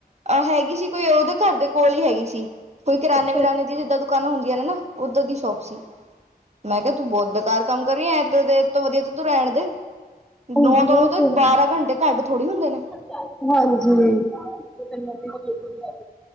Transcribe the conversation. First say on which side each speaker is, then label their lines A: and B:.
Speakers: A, on the right (about 45°); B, in the centre.
A: ਅ ਹੈਗੀ ਸੀ ਕੋਈ ਉਹਦੇ ਘਰ ਦੇ ਕੋਲ ਹੀ ਹੈਗੀ ਸੀ ਕੋਈ ਕਰਿਆਨੇ
B: ਅੱਛਾ,
A: ਵਿਰ‌ਆਨੇ
B: ਅੱਛਾ
A: ਦੀ ਜਿੱਦਾਂ ਦੁਕਾ ਦੁਕਾਨਾਂ ਹੁੰਦੀਆਂ ਨੇ ਨਾ ਉਦਾਂ ਦੀ ਸ਼ੋਪ ਸੀ। ਮੈਂ ਕਿਹਾ ਤੂੰ ਬਹੁਤ ਬੇਕਾਰ ਕੰਮ ਕਰੀ ਆ ਇਹਤੇ ਇਹ ਤੋਂ ਵਧੀਆ ਤੇ ਤੂੰ ਰਹਿਣ ਦੇ। ਨੌ
B: ਹਾਂਜੀ
A: ਤੋਂ ਨੌ
B: ਉਹ
A: ਤੇ
B: ਹੈ।
A: ਬਾਰਾਂ ਘੰਟੇ ਘੱਟ ਥੋੜ੍ਹੀ ਹੁੰਦੇ ਨੇ।
B: ਹਾਂਜੀ <inaudible>